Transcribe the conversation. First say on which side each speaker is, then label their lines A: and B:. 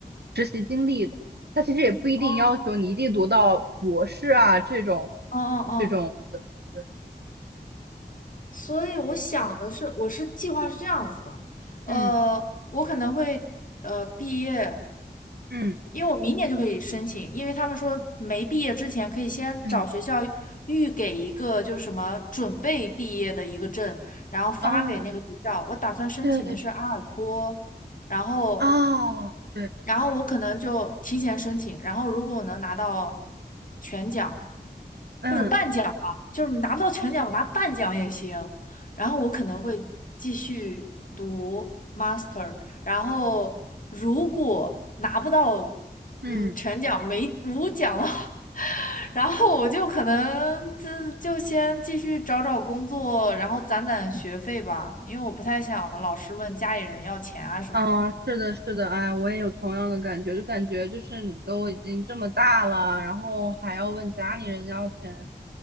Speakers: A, on the right (about 75°); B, on the left (about 50°).
A: 实习经历的。它其实也不一定要求你一定读到博士啊这种
B: 哦，嗯嗯嗯，
A: 这种的。对，
B: 所以我想的是，我是计划是这样子的，呃，
A: 嗯
B: 我可能会呃毕业，
A: 嗯
B: 因为我明年就可以申请，因为他们说没毕业之前可以先找学校预给一个就是什么准备毕业的一个证，
A: 嗯，
B: 然后发给那个学校。
A: 哦，
B: 我打算申请的是阿尔托，
A: 对对对，
B: 然后
A: 哦，对，
B: 然后我可能就提前申请，然后如果我能拿到全奖
A: 嗯。
B: 或者半奖吧，就是拿不到全奖，我拿半奖也行。然后我可能会继续读 master，然后如果拿不到
A: 嗯。
B: 嗯全奖没无奖了，<laughs> 然后我就可能自就先继续找找工作，然后攒攒学费吧，因为我不太想老是问家里人要钱啊什么的。
A: 嗯，是的，是的，哎，我也有同样的感觉，就感觉就是你都已经这么大了，然后还要问家里人要钱，